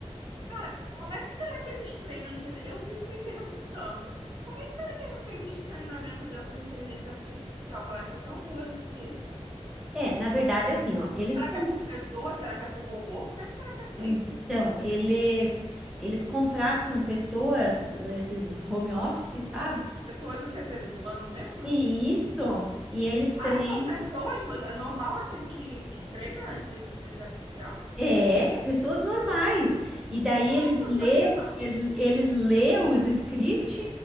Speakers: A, on the right; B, in the centre.
A: Cara, como é que será que eles treinam? intele- Eu fico me perguntando, como é que será que é feito os treinamentos dessas inteligências artificiais para elas ser tão burras desse jeito?
B: É, na verdade, é assim, ó, eles
A: Será
B: con-
A: que é por pessoa? Será que é por robô? Como é que será que é feito?
B: então, eles eles contratam pessoas, esses home office, sabe?
A: Pessoas o quê? Seres humanos mesmo?
B: E Isso, e eles treinam
A: Ah, são pessoas no- normal assim que, que treinam a inteligência artificial?
B: É, pessoas normais. E daí
A: Nossa,
B: eles lê,
A: eu sabia não.
B: eles, eles lê os script